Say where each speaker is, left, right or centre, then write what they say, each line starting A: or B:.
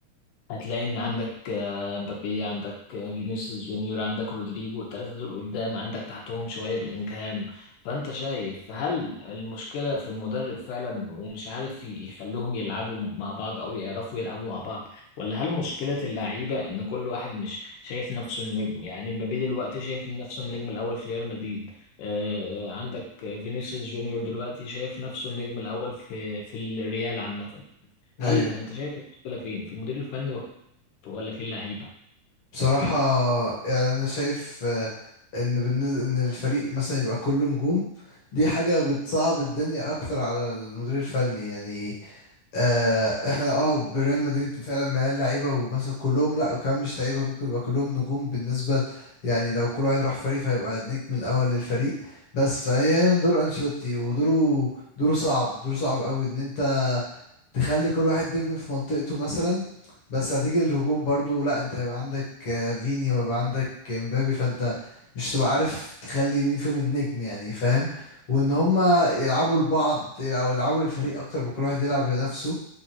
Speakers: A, on the left; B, on the left.
A: هتلاقي ان عندك آه، مبابي عندك آه، فينيسيوس جونيور عندك رودريجو الثلاثه دول قدام عندك تحتهم شويه بلينجهام فانت شايف هل المشكله في المدرب فعلا ومش عارف يخليهم يلعبوا مع بعض او يعرفوا يلعبوا مع بعض ولا هل مشكله اللعيبه ان كل واحد مش شايف نفسه النجم يعني مبابي دلوقتي شايف نفسه النجم الاول في ريال مدريد آه، عندك فينيسيوس جونيور دلوقتي شايف نفسه النجم الاول في في الريال عامه
B: ايوه
A: هل انت شايف المشكله فين في المدير الفني ولا في اللعيبه
B: بصراحة يعني أنا شايف آه، إن بالنسبة إن الفريق مثلا يبقى كله نجوم دي حاجة بتصعب الدنيا أكتر على المدير الفني يعني آه إحنا أه بريال مدريد فعلا مليان لعيبة ومثلا كلهم لأ وكمان مش لعيبة ممكن يبقى كلهم نجوم بالنسبة ل- يعني لو كل واحد راح فريق فهيبقى النجم الأول للفريق بس فهي هنا دور أنشيلوتي ودوره دوره صعب دوره صعب أوي إن أنت تخلي كل واحد نجم في منطقته مثلا بس هتيجي للهجوم برضو لا انت هيبقى عندك آه، فيني وهيبقى عندك مبابي فانت مش هتبقى عارف تخلي مين فيهم النجم يعني فاهم وان هما يلعبوا لبعض او يلعبوا للفريق اكتر ما كل واحد يلعب لنفسه